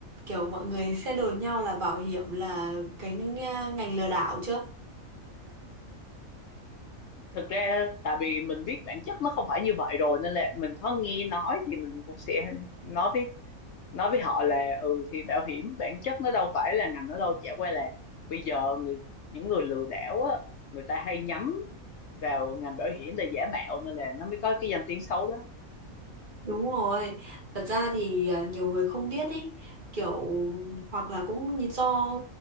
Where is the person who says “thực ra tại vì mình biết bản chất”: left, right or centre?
Left